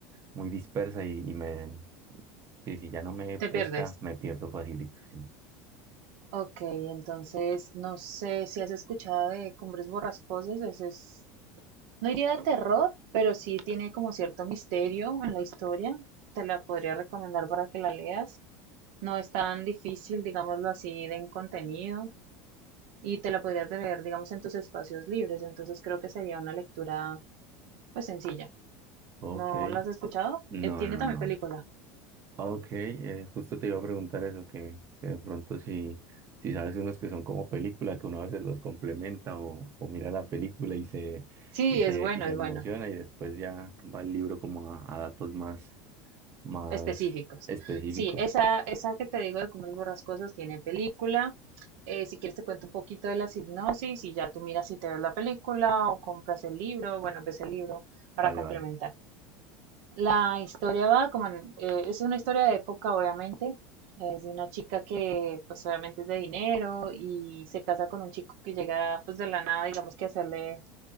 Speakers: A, on the right; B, on the right.
A: muy dispersa y, y me, sí, si ya no me
B: Te
A: pesca,
B: pierdes.
A: me pierdo facilito, sí.
B: Ok, entonces no sé si has escuchado de Cumbres Borrascosas, ese es, no diría de terror, pero sí tiene como cierto misterio en la historia. Te la podría recomendar para que la leas. No es tan difícil, digámoslo así, de en contenido y te la podrías leer, digamos, en tus espacios libres. Entonces creo que sería una lectura, pues, sencilla.
A: Ok.
B: ¿No la has escuchado?
A: No,
B: Eh, tiene
A: no,
B: también
A: no.
B: película.
A: Ok, eh, justo te iba a preguntar eso, que, que de pronto si, si sabes unos que son como película, que uno a veces los complementa o, o mira la película y se,
B: Sí,
A: y se,
B: es bueno,
A: y se
B: es
A: emociona
B: bueno.
A: y después ya va el libro como a, a datos más, más
B: Específicos.
A: específicos.
B: Sí, esa, esa que te digo de Cumbres Borrascosas tiene película. Eh, si quieres te cuento un poquito de la hipnosis y ya tú miras si te ves la película o compras el libro, bueno, ves el libro para
A: Vale,
B: complementar.
A: vale.
B: La historia va como en- eh, es una historia de época, obviamente. Es de una chica que, pues, obviamente es de dinero y se casa con un chico que llega, pues, de la nada, digamos que a hacerle